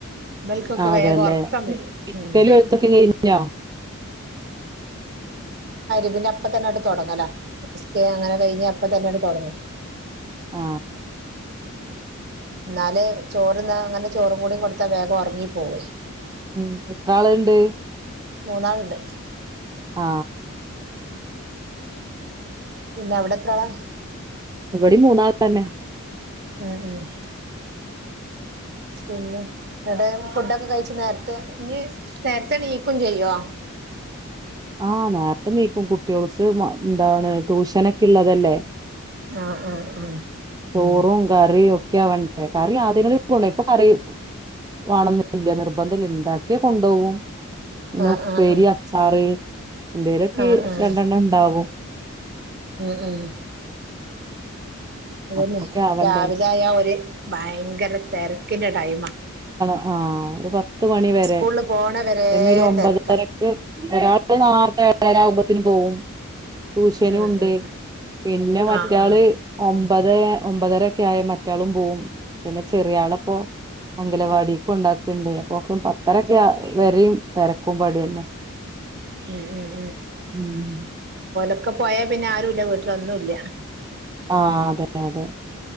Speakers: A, on the right; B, on the right.
A: ഇബൽക്കൊക്കെ
B: അ അതെല്ലെ
A: വേഗം ഒറക്കം വരും
B: പഠിക്കലും
A: ഉം
B: എഴുത്തൊക്കെ കഴിഞ്ഞ
A: ഇതിനപ്പതന്നെങ്ങട്ട് തോടങ്ങല സ്കെ അങ്ങനെ കഴിഞ് അപ്പ തന്നെങ്ങട്ട് തുടങ്ങും
B: ആ
A: എന്നാല് ചോറ്ന്ന അങ്ങനെ ചോറും കൂടി കൊടുത്താ വേഗം ഒറങ്ങി പോവും
B: ഉം എത്രാൾണ്ട്
A: മൂന്നാൾണ്ട്
B: ആ
A: <unintelligible> പിന്നെ അവിടെത്രാള
B: ഇബടീം മൂന്നാളന്നെ
A: ഉം ഉം <unintelligible> <unintelligible> പിന്നെ ഇവിടെ ഫുഡൊക്കെ കഴിച്ച് നേരത്തെ ഇഞ്ഞ് നേരത്തെ നീക്കും ചെയ്യോ
B: ആഹ നേരത്തെ നീക്കും കുട്ടികൾസ് എന്താണ് ട്യൂഷനോക്കെള്ളതല്ലേ
A: ആ അ അ
B: ചോറും കറിയും ഒക്കെ ആവേണ്ടേ കറി ആ <inaudible> കൊണ്ടോയി ഇപ്പൊ കറി വണന്നില്ല നിർബന്ധല്ല ഇണ്ടാക്കിയ കൊണ്ടോവും പിന്നെ
A: ആഹ്
B: ഉപ്പേരി
A: ആഹ് ആഹ്
B: അച്ചാറ് എന്തേലൊക്കെ
A: ആഹ് ആഹ് ആഹ്
B: രണ്ടെണ്ണണ്ടാവും <unintelligible>
A: ഉം ഉം <unintelligible> അതന്നെ
B: അപ്പൊക്കെ ആവണ്ടേ
A: രാവിലെ ആയാ ഒര് ഭയങ്കര തെര ഇക്കിന്റെ ടൈമാ
B: ആഹ പത്ത് മണി വരെ
A: സ്കൂളിൽ പോണ വരെ
B: പിന്നെ ഒരു ഒമ്പത്ര
A: തിരക്കാ
B: രക്ക് ഒരാൾ നാരത്തെഏഴാ ആവുപ്പോ- അപത്തിന് പോവും ട്യൂഷനും
A: ഉം
B: ഉണ്ട്
A: ഉം ഉം
B: പിന്നെ മറ്റാള്
A: ആഹ് ആഹ്
B: എന്താ- ഒമ്പത് ഒമ്പതരൊക്കെ ആയ മറ്റാളും പോവുംപിന്നെ ചെറിയ ആളപ്പൊ അംഗലവാടിക്ക് കൊണ്ടാക്ക്ണ്ട് അപ്പൊ പത്തരൊക്കെ വരയും തിരക്കും പടി തന്നെ
A: ഉം ഉം
B: ഉം ഹ
A: ഒക്കെ പോയാൽ പിന്നെ ആരുല്ല വീട്ടില ഒന്നുംല്ല
B: ആഹ് അതെ അതെ